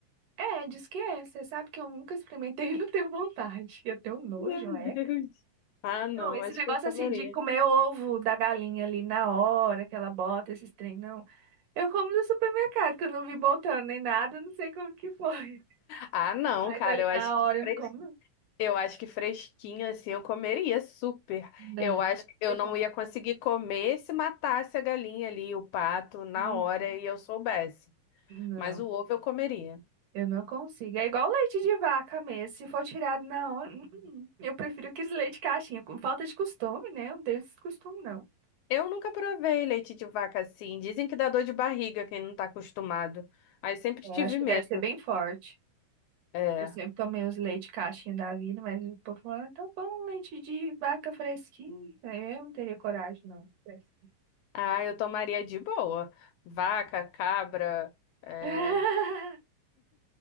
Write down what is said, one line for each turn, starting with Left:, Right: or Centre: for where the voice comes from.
Right: é, diz que é, você sabe que eu nunca experimentei e não tenho vontade. Eu tenho nojo,
Left: Meu
Right: é.
Left: Deus. Ah, não.
Right: Não, esse
Left: Acho
Right: negócio
Left: que eu comeria.
Right: assim de comer ovo da galinha ali na hora que ela bota esses trem, não. Eu como no supermercado, que eu não vi botando nem nada, não sei como que foi.
Left: Ah,
Right: <laughs>
Left: não,
Right: Mas
Left: cara.
Right: ali
Left: Eu acho
Right: na
Left: que
Right: hora
Left: fres-
Right: eu não como, não.
Left: Eu acho que fresquinho assim eu comeria super.
Right: Não,
Left: Eu acho que eu
Right: tem
Left: não
Right: coragem.
Left: ia conseguir comer se matasse a galinha ali, o pato, na
Right: Não,
Left: hora e eu soubesse.
Right: não,
Left: Mas o ovo eu comeria.
Right: eu não consigo. É igual leite de vaca mesmo. Se for tirado na hora, hum, hum. eu prefiro aqueles leite caixinha. Com falta de costume, né? Eu não tenho esse costume, não.
Left: Eu nunca provei leite de vaca assim. Dizem que dá dor de barriga quem não tá acostumado. Aí sempre
Right: É,
Left: tive
Right: acho que
Left: medo.
Right: deve ser bem forte.
Left: É.
Right: Eu sempre tomei os leite caixinha da vida, mas o povo fala, é tão bom, leite de vaca fresquinho. É, Eu não teria coragem, não. Fresquinho.
Left: Ah, eu tomaria de boa. Vaca, cabra. É...
Right: <laughs>